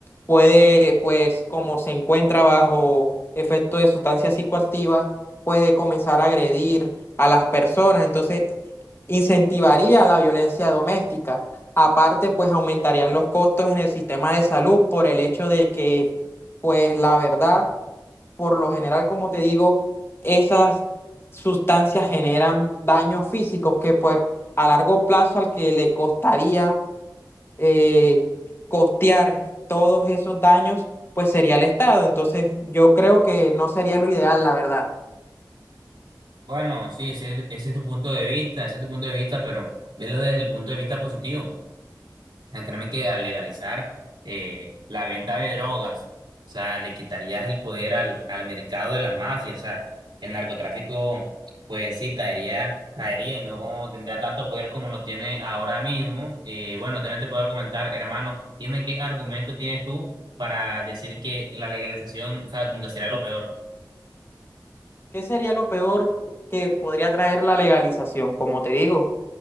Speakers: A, on the left; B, on the right.
A: puede, pues, como se encuentra bajo efecto de sustancias psicoactivas, puede comenzar a agredir a las personas. Entonces, incentivaría la violencia doméstica. Aparte, pues aumentarían los costos en el sistema de salud por el hecho de que, pues la verdad, por lo general, como te digo, esas sustancias generan daños físicos que pues a largo plazo al que le costaría eh, costear todos esos daños, pues sería el Estado. Entonces, yo creo que no sería lo ideal, la verdad.
B: Bueno, sí, ese, ese es tu punto de vista, ese es tu punto de vista, pero velo desde el punto de vista positivo. sea, créeme que al legalizar eh, la venta de drogas, o sea, le quitarías el poder al, al mercado de las mafias, o sea, el narcotráfico, pues sí, caería, caería y no tendría tanto poder como lo tiene ahora mismo. Eh, bueno, también te puedo comentar, hermano, dime qué argumento tienes tú para decir que la legalización, o sea, como que sería lo peor.
A: ¿Qué sería lo peor que podría traer la legalización? Como te digo,